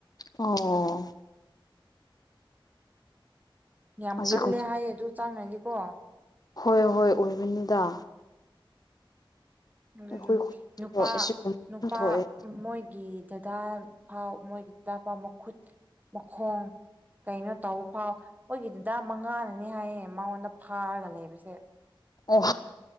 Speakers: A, on the left; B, on the right.
A: ꯑꯣ
B: ꯌꯥꯝ
A: ꯑꯁꯤꯒꯨꯝ
B: ꯀꯜꯂꯦ ꯍꯥꯏꯌꯦ ꯑꯗꯨ ꯆꯪꯡꯉꯥꯗꯤꯀꯣ
A: ꯍꯣꯏ ꯍꯣꯏ ꯑꯣꯏꯕꯅꯤꯗ
B: ꯑꯗꯨꯗꯨꯝ
A: ꯑꯩꯈꯣꯏ ꯈꯨꯗꯣ
B: ꯅꯨꯄꯥ
A: ꯑꯁꯤꯒꯨꯝꯕ
B: ꯅꯨꯄꯥ
A: ꯌꯥꯝ ꯊꯣꯛꯑꯦ
B: ꯃꯣꯏꯒꯤ ꯗꯗꯥ ꯄꯥꯎ ꯃꯣꯏꯒꯤ ꯗꯗꯥ ꯄꯥꯎ ꯃꯈꯨꯠ ꯃꯈꯣꯡ ꯀꯩꯅꯣ ꯇꯧꯕ ꯐꯥꯎ ꯃꯈꯣꯏꯒꯤ ꯗꯥꯗ ꯃꯥꯡꯉꯥꯅꯅꯤ ꯍꯥꯏꯌꯦ ꯃꯉꯣꯟꯗ ꯐꯥꯔꯒ ꯂꯩꯕꯁꯦ
A: ꯑꯣ